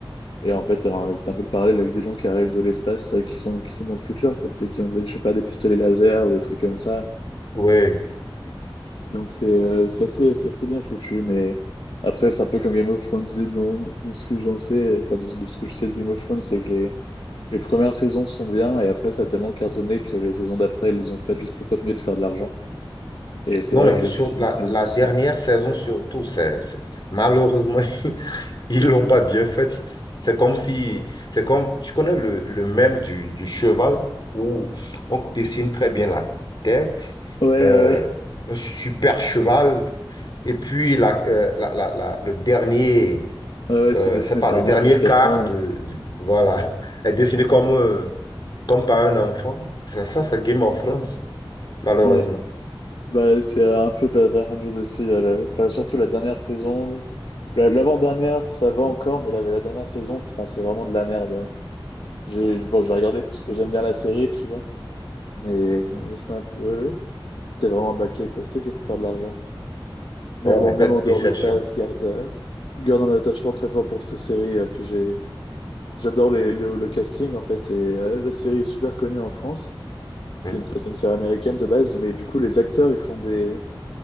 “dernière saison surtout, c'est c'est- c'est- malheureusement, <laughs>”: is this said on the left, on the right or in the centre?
Left